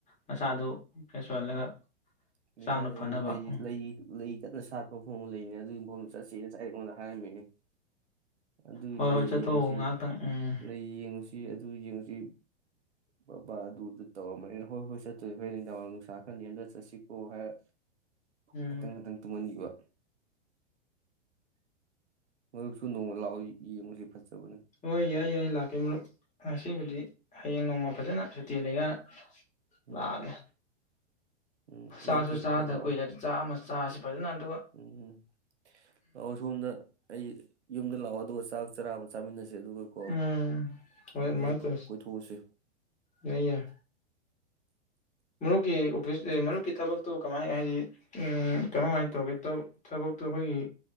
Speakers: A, on the left; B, on the right.
A: ꯃꯁꯥꯗꯨ ꯐ꯭ꯔꯦꯁ ꯑꯣꯏꯍꯜꯂꯒ
B: <unintelligible>
A: ꯍꯛꯆꯥꯡꯗꯣ
B: ꯂꯩ
A: ꯐꯅꯕ
B: ꯂꯩ
A: ꯎꯝ
B: ꯂꯩ ꯂꯩ <unintelligible> ꯁꯥꯠꯄ ꯐꯣꯡꯕ ꯂꯩꯅꯤ ꯑꯗꯨꯏ ꯃꯐꯝ ꯆꯠꯁꯤ ꯉꯁꯥꯏ ꯑꯩꯉꯣꯟꯗ ꯍꯥꯏꯔꯝꯃꯤꯅꯤ ꯑꯗꯨ
A: ꯍꯣꯏ
B: ꯂꯩ
A: ꯍꯣꯏ ꯆꯠꯊꯣꯛꯎ
B: ꯌꯦꯡꯉꯨꯁꯤ
A: ꯉꯥꯏꯍꯥꯛꯇꯪ ꯎꯝ
B: ꯂꯩ ꯌꯦꯡꯉꯨꯁꯤ ꯑꯗꯨ ꯌꯦꯡꯁꯤ ꯕꯕꯥ ꯑꯗꯨꯗ ꯇꯧꯔꯝꯕ <unintelligible> ꯍꯣꯏ ꯍꯣꯏ ꯆꯠꯇꯣꯏ ꯍꯣꯔꯦꯟ <unintelligible> ꯅꯨꯡꯁꯥ ꯈꯔꯥ ꯅꯦꯝꯗꯔꯥ ꯆꯠꯁꯤꯀꯣ ꯍꯥꯏꯔ
A: ꯎꯝ
B: ꯉꯇꯪ ꯉꯇꯪ ꯇꯨꯝꯍꯟꯈꯤꯕ ꯃꯔꯨꯞꯁꯨ ꯅꯣꯡꯃ ꯂꯥꯛꯑꯣ ꯌꯦꯡꯉꯨꯁꯤ ꯐꯖꯕꯅꯤ
A: ꯍꯣꯏ ꯌꯥꯏ ꯌꯥꯏ ꯂꯥꯛꯀꯦ ꯃꯔꯨꯞ ꯉꯁꯤꯕꯨꯗꯤ ꯍꯌꯦꯡ ꯅꯣꯡꯃ ꯐꯖꯅ ꯁꯨꯇꯤ ꯂꯩ <unintelligible>
B: ꯎꯝ
A: ꯂꯥꯛꯑꯒꯦ
B: ꯎꯝ
A: ꯆꯥꯛꯁꯨ
B: ꯑꯌꯨꯛꯇ ꯍꯦꯛꯇ
A: ꯆꯥꯗ
B: ꯂꯥꯛꯑꯣ
A: ꯀꯨꯏꯔꯦ ꯆꯥꯛ ꯑꯃ ꯆꯥꯁꯤ ꯐꯖꯅ ꯑꯗꯨꯒ
B: ꯎꯝ ꯂꯥꯛꯑꯣ ꯁꯣꯝꯗ ꯑꯩ ꯌꯨꯝꯗ ꯂꯥꯛꯑꯣ ꯑꯗꯨꯒ ꯆꯥꯛ <unintelligible> ꯆꯥꯃꯤꯟꯅꯁꯦ ꯑꯗꯨꯒꯀꯣ
A: ꯎꯝ ꯍꯣꯏ
B: ꯑꯗꯨꯒ
A: ꯑꯗꯨꯃꯥꯏꯅ ꯇꯧꯔꯁꯤ
B: ꯀꯣꯏꯊꯣꯛꯎꯁꯤ
A: ꯌꯥꯏ ꯌꯥꯏ ꯃꯔꯨꯞꯀꯤ ꯑꯣꯐꯤꯁ ꯃꯔꯨꯞꯀꯤ ꯊꯕꯛꯇꯣ ꯀꯃꯥꯏ ꯍꯥꯏꯗꯤ ꯀꯃꯝꯍꯥꯏꯅ ꯇꯧꯒꯦ ꯊꯕꯛꯇꯣ ꯑꯈꯣꯏꯒꯤ